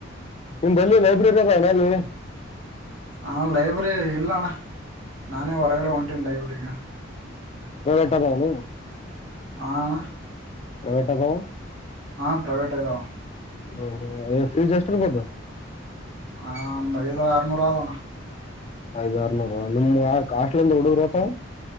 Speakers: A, on the left; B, on the right.
A: ನಿಮ್ ಬಳ್ಳಿ ಲೈಬ್ರರಿದ ಅಣ ನೀ
B: ಹ ಲೈಬ್ರರಿ ಇಲ್ಲಣ್ಣ ನಾನೇ ಹೊರಗಡೆ ಹೊಂಟಿನಿ ಲೈಬ್ರಗ
A: ಪ್ರೈವೇಟ್ ಅದಾವನು
B: ಆ ಅಣ್ಣ
A: ಪ್ರೈವೇಟಾಗಾವ
B: ಹ ಪ್ರೈವೇಟ್ ಇದಾವ
A: ಹ ಹ ಫ್ಯೂಜ್ ಎಸ್ಟಿರ್ ಬೋದ್
B: ಹ ಅಂದ ಐದು ಅರನೂರ ಅದ ನಾ
A: ಅದಾರ್ನೂರ ನಿಮ್ <unintelligible> ಹೋತಾವ